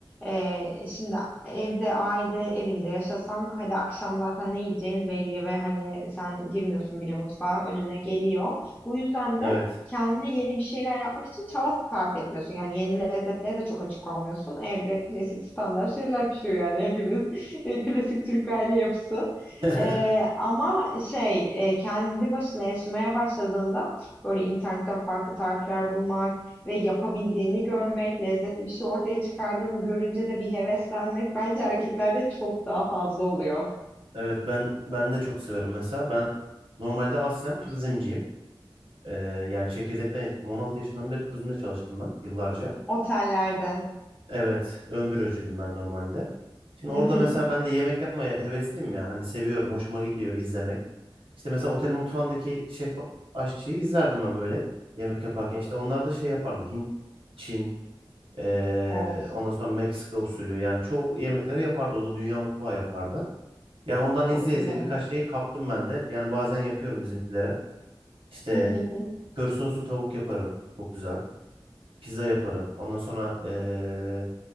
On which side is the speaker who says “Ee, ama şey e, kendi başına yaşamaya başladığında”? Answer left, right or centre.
Left